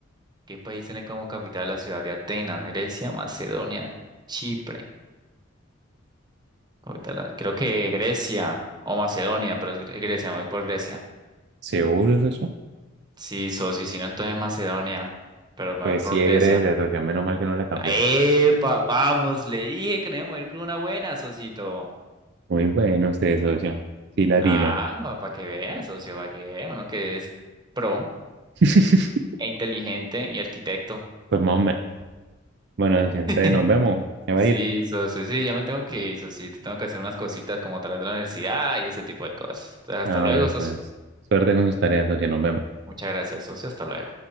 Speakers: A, on the right (about 20°); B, on the right (about 55°).
A: ¿Qué país tiene como capital la ciudad de Atenas? Grecia, Macedonia, Chipre. Capital la- Creo que Grecia o Macedonia, pero es Gre- Grecia, me voy por Grecia.
B: ¿Seguro, socio?
A: Sí, so, sí, si no, entonces Macedonia, pero me
B: Pues
A: voy por
B: sí,
A: Grecia.
B: es Grecia, socio. Menos mal que no la cambió.
A: ¡Epa! Vamos, le dije que nos íbamos a ir con una buena, socito.
B: Muy bueno usted, socio. Sí, latino.
A: Ah, para que veas, socio, para que vea uno que es pro
B: <laughs>
A: e inteligente y arquitecto.
B: Pues más o menos. Bueno, socio,
A: <laughs>
B: entonces nos vemos. Ya va
A: Sí,
B: a ir.
A: so, so- sí, ya me tengo que ir, so, sí, tengo que hacer unas cositas como tras la universidad y ese tipo de cosas. Entonces, hasta
B: Ah,
A: luego,
B: bueno, entonces.
A: socio.
B: Suerte con sus tareas, socio. Nos vemos.
A: Muchas gracias, socio, hasta luego.